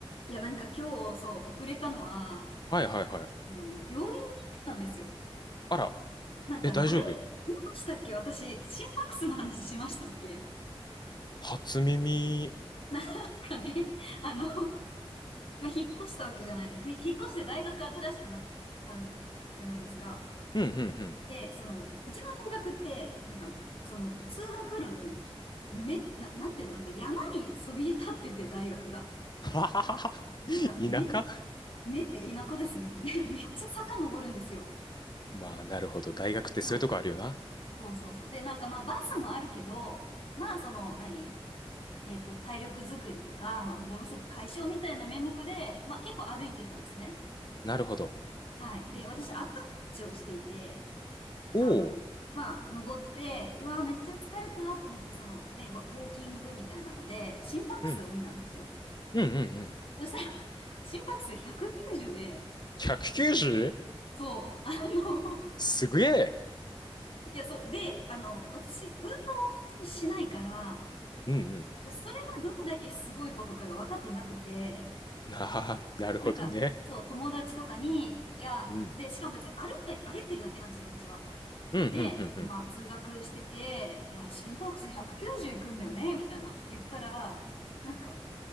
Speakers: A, on the left (about 65°); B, on the left (about 45°).
A: いや、なんか今日、そう、遅れたのは、あ
B: はいはいはい。
A: の、病院に行ってたんですよ。
B: あら、
A: なんかね、
B: え、大丈夫
A: あれ言いましたっけ私、心拍数の話しましたっけ
B: 初耳。
A: なんかね、あの、まあ、引っ越したわけじゃない。ふ引っ越して大学新しくなったんじゃないですか。
B: うんうんうん。
A: で、その、うちの大学って、なんか、その、通学路に、め、な、なんていうの、なんか山にそびえ立ってて、大学が。
B: <laughs> はははは。
A: なんか、
B: 田舎
A: め、め、田舎です。<laughs> め、めっちゃ坂登るんですよ。
B: <laughs> まあ、なるほど。大学ってそういうとこあるよな。
A: そう。そうそうそう。で、なんかまあバスもあるけど、まあその、何えっと、体力づくりとか、まあ運動不足解消みたいな名目で、まあ結構歩いてたんですね。
B: なるほど。
A: はい。で、私、アップウォッチをしていて、
B: おお。
A: あの、まあ登って、うわ、めっちゃ疲れたと思って、そのね、ウォウォーキングみたいなので、心拍数を見たんですよ。
B: うん。うんうんうん。
A: そしたら、<laughs> 心拍数190で、
B: 190?
A: そう、あの、
B: すげえ。
A: いや、そう。で、あの、私、運動を本当にしないから、
B: うん
A: だそれがどれだけすごいことかが分かってなくて、
B: うん。ああ、なるほどね。
A: なんか、そう、友達とかに、いや、
B: うん。
A: で、しかも別に歩いたり、歩いてるだけなんですよ、私は。
B: うんうんうんうん。
A: で、まあ、通学してて、いや、心拍数190いくんだよね、みたいな、言ったら、なんか、